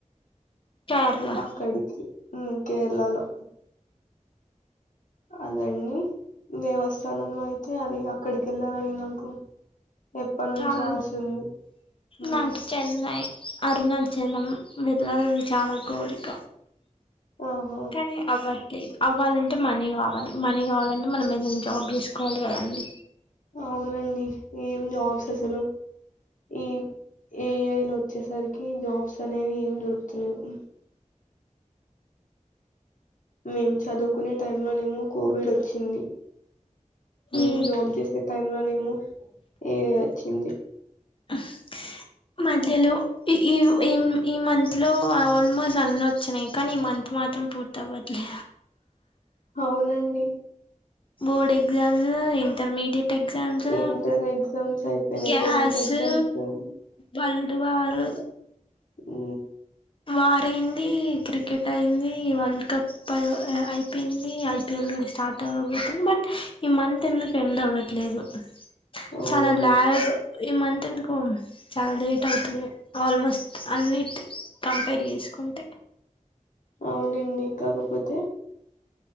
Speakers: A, on the left; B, on the left.
A: కేరళ
B: అక్కడికి ఉ... కేరళలో... అదండి.. దేవస్థానంలో అయితే అది అక్కడికి వెళ్ళాలని నాకు.. ఎప్పటి నుంచో
A: చాలు....
B: ఆశ ఉంది ఉమ్,
A: నాకు చెన్నై అరుణన్ జనం వెళ్ళాలని చాలా కోరిక....
B: ఆహా
A: కని అవ్వట్లేదు.. అవ్వాలంటే మనీ కావాలి, మనీ కావాలంటే మనం ఏదైనా జాబ్ చేసుకోవాలి కదండి.
B: అవునండి ఏం జాబ్స్ అసలు.. ఈ.. ఏఐ లో వచ్చేసరికి జాబ్స్ అనేవి ఏం దొరుకుతలేవు మేం చదువుకునే టైంలోనేమో కోవిడ్ వచ్చింది. మేము
A: ఈ
B: జాబ్ చేసే టైంలోనేమో ఏఐ వచ్చింది
A: ఆహ్.. ఎ.. మధ్యలో.. ఇ ఈ ఉ ఈమ్.. ఈ మంత్ లో ఆల్మోస్ట్ అన్ని ఒచ్చినాయి, కానీ ఈ మంత్ మాత్రం పూర్తి అవ్వట్లే.
B: అవునండి...
A: board exams intermediate exams...
B: inter exams అయిపోయినాయి
A: గ్యాసు..
B: టెన్త్ ఎగ్జామ్స్
A: వల్డ్ వార్..
B: ఉ.....
A: వార అయింది క్రికెట్ అయింది వరల్డ్ కప్ వార్ వార్ అయింది. క్రికెట్ అయింది వార్ వార్ వార్ అయింది.. క్రికెట్ అయింది.. వల్డ్ కప్ అయిపోయింది.. ఐపీఎల్ కూడా స్టార్ట్ అవ్వబతుంది, బట్ ఈ మంత్ ఎందుకు ఎండ్ అవ్వట్లేదు చ్...
B: అవునండి
A: చాలా ల్యాగ్.. ఈ మంత్ ఎందుకో.. చాలా లేట్ అవుతుంది ఆల్మోస్ట్ అన్నీట్.. కంపేర్ చేసుకుంటె
B: అవునండి కాకపోతే.....